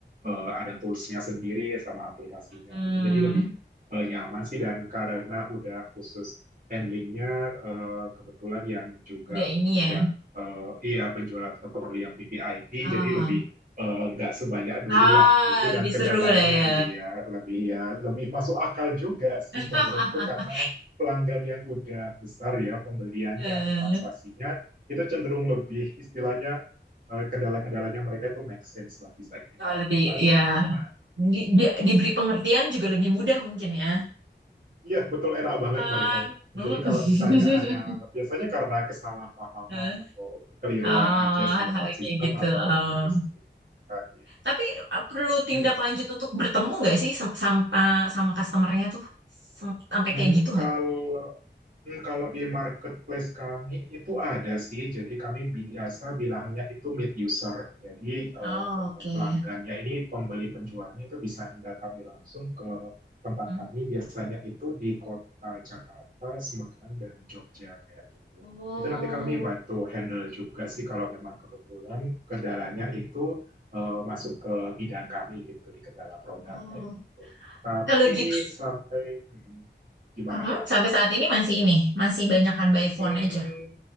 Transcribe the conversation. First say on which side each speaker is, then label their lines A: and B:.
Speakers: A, on the right; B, on the right.
A: eh, ada toolsnya sendiri sama aplikasinya
B: Hmm,
A: gitu jadi lebih eh, nyaman sih dan karena udah khusus handlingnya eh, kebetulan yang juga
B: udah ini
A: untuk
B: ya.
A: yang eh, iya penjual atau pembeli yang VVIP
B: Ah,
A: jadi lebih eh, nggak uh, sebanyak dulu
B: ah
A: lah gitu dan
B: lebih
A: kendalanya
B: seru lah ya.
A: iya lebih ya lebih masuk akal juga sih
B: <laughs>
A: menurutku karena pelanggan yang udah besar ya pembeliannya
B: Eh,
A: atau transaksinya itu cenderung lebih istilahnya uh, kendala-kendalanya mereka itu make sense lah bisa kita
B: kalau
A: terima
B: lebih
A: bisa
B: ya
A: kita bantu.
B: di, di- diberi pengertian juga lebih mudah mungkin ya.
A: Iya betul enak banget
B: Kan.
A: mereka itu.
B: Mm.
A: Jadi
B: <laughs>
A: kalau misalnya ada biasanya karena kesalahpahaman
B: Eh,
A: atau kekeliruan
B: Ah,
A: aja sih
B: hal-hal
A: lewat sistem
B: kayak gitu.
A: atau
B: Ah.
A: dari sistem. Oke,
B: Tapi eh, perlu tindak
A: enak
B: lanjut
A: sih.
B: untuk bertemu nggak sih sam- sama sama customernya tuh Sem- sampai
A: Hmm,
B: kayak gitu
A: kalau
B: nggak?
A: hmm, kalau di marketplace kami itu ada sih, jadi kami biasa bilangnya itu mid user. Jadi eh,
B: Oh,
A: eh,
B: Oke.
A: pelanggannya ini pembeli penjualnya itu bisa datangi langsung ke tempat
B: Hmm.
A: kami. Biasanya itu di kota Jakarta, Semarang, dan Jogja kayak gitu.
B: Oh,
A: Itu nanti kami bantu handle juga sih kalau memang kebetulan kendalanya itu eh, masuk ke bidang kami gitu di kendala produk
B: oh.
A: kayak gitu. Tapi
B: Kalau gitu
A: sampai hmm, Gimana,
B: Mhm,
A: Kak?
B: Sampai saat ini masih ini, masih banyakan by
A: Hmm,
B: phone aja.